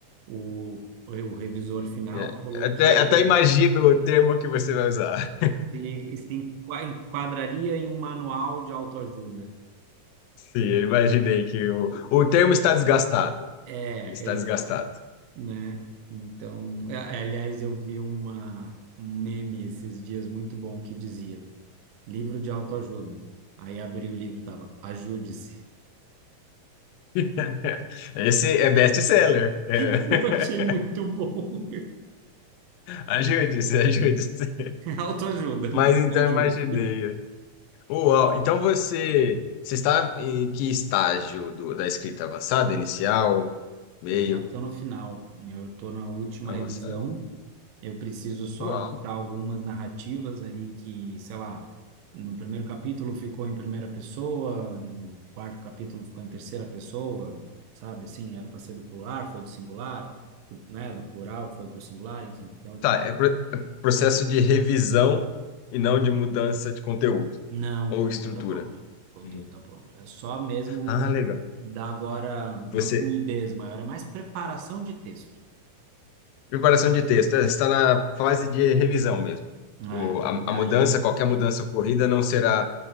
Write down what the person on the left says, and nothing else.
É,
até,
até imagino o termo que você vai usar.
<laughs> Sim, eu imaginei que o,
o termo está desgastado.
Ele está
desgastado.
<laughs> Esse é best-seller. É.
<laughs> Ajude-se, ajude-se.
Mas então
imaginei. Uau, então você, você está em que estágio do- da escrita avançada, inicial, meio,
avançado?
Uau.
Tá,
é pro- é processo de revisão e não de mudança de conteúdo
ou
estrutura.
Uhum.
Ah, legal.
Você,
preparação de texto, é, está na fase de revisão mesmo.
O, a, a
mudança, qualquer mudança ocorrida não será